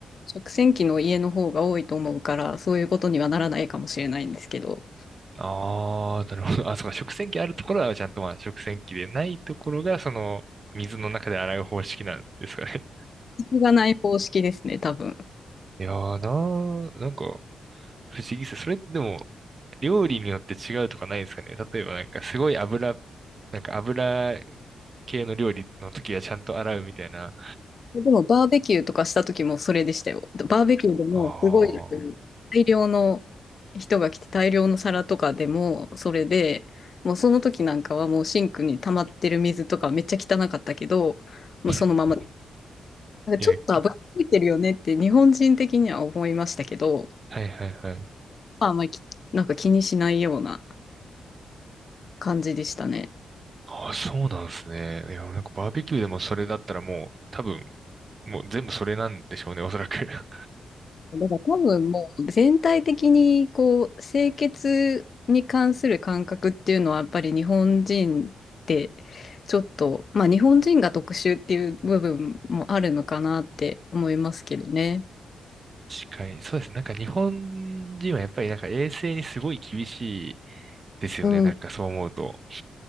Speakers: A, on the left; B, on the right.
A: 食洗機の家の方が多いと思うから、そういうことにはならないかもしれないんですけど、
B: ああ、なるほど。あ、そうか、食洗機あるところはちゃんとまあ食洗機でないところが、その、水の中で洗う方式なんですかね。
A: そこがない方式ですね、多分。
B: いやーなー、なんか、不思議です。それってでも、料理によって違うとかないですかね。例えば、なんか、すごい油、なんか油系の料理の時はちゃんと洗うみたいな。
A: でもバーベキューとかした時もそれでしたよ。バーベキューでもすごい
B: ああ。
A: 大量の人が来て大量の皿とかでもそれで、もうその時なんかはもうシンクに溜まってる水とかめっちゃ汚かったけど、もうそのまま、
B: <laughs>
A: なんかちょっと油ついてるよねって日本人的には思いましたけど、
B: いや、はいはいはい。
A: まああんまりきなんか気にしないような感じでしたね。
B: ああ、そうなんですね。いや、なんかバーベキューでもそれだったらもう、多分、もう全部それなんでしょうね、おそらく。<laughs> 確
A: だから多分もう全体的にこう清潔に関する感覚っていうのはやっぱり日本人ってちょっとまあ日本人が特殊っていう部分もあるのかなって思いますけどね。
B: かに、そうですね。なんか日本人はやっぱりなんか衛生にすごい厳しいですよね。
A: うん、
B: なんかそう思うと。